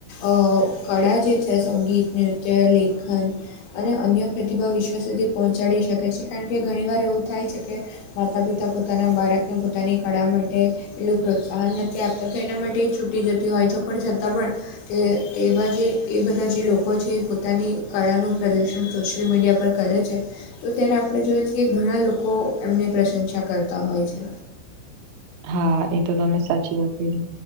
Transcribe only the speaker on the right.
હા એ તો તમે સાચી વાત કીધી.